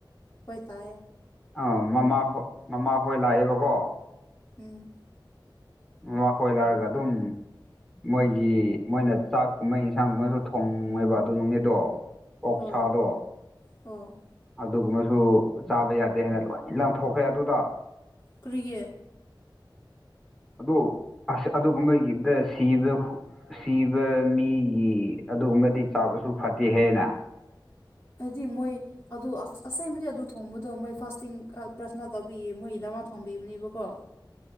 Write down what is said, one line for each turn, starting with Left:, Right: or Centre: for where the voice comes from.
Left: ꯍꯣꯏ ꯇꯥꯏꯌꯦ
Centre: ꯑꯥ ꯃꯃꯥ ꯍꯣꯏ ꯃꯃꯥ ꯍꯣꯏ ꯂꯥꯛꯑꯦꯕꯀꯣ
Left: ꯎꯝ
Centre: ꯃꯃꯥ ꯈꯣꯏ ꯂꯥꯛꯒ ꯑꯗꯨꯝ ꯃꯣꯏꯒꯤ ꯃꯣꯏꯅ ꯆꯥꯛꯀꯨꯝꯕ ꯏꯟꯁꯥꯡꯒꯨꯝꯕꯁꯨ ꯊꯣꯡꯉꯦꯕ ꯑꯗꯨ ꯅꯨꯃꯤꯠꯗꯣ ꯑꯣꯛꯁꯥꯗꯣ
Left: ꯑꯣ ꯑꯣ
Centre: ꯑꯗꯨꯒꯨꯝꯕꯁꯨ ꯆꯥꯕ ꯌꯥꯗꯦ ꯍꯥꯏꯅ ꯂꯣꯏ ꯂꯪꯊꯣꯛꯈ꯭ꯔꯦ ꯑꯗꯨꯗ
Left: ꯀ꯭ꯔꯤꯒꯤ
Centre: ꯑꯗꯣ ꯑꯁ ꯑꯗꯨꯒꯨꯝꯕꯒꯤꯗ ꯁꯤꯗꯨ ꯁꯤꯕ ꯃꯤꯒꯤ ꯑꯗꯨꯒꯨꯝꯕꯗꯤ ꯇꯥꯕꯁꯨ ꯐꯗꯦ ꯍꯦꯅ
Left: ꯑꯗꯨꯗꯤ ꯃꯣꯏ ꯑꯗꯨ ꯑꯁ ꯑꯁꯥꯏꯕꯗꯤ ꯑꯗꯨ ꯊꯣꯡꯕꯗꯣ ꯃꯣꯏ ꯐꯥꯁꯇꯤꯡ ꯄ꯭ꯔꯊꯅꯥ ꯇꯧꯕꯤꯌꯦ ꯃꯣꯏꯗꯃꯛ ꯊꯣꯡꯕꯤꯕꯅꯦꯕꯀꯣ